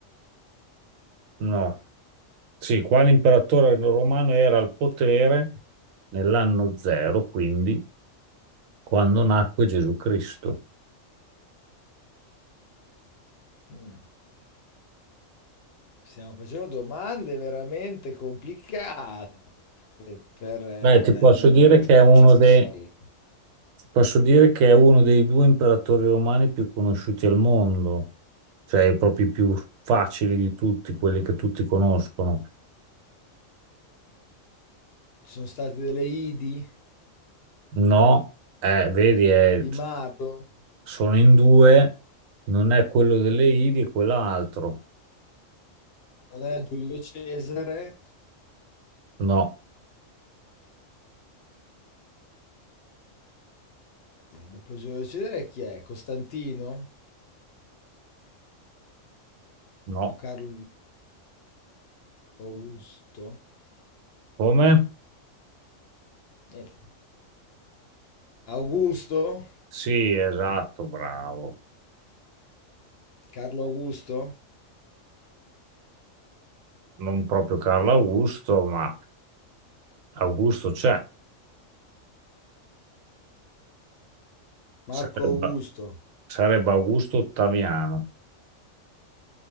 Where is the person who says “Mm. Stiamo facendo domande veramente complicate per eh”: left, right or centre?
Left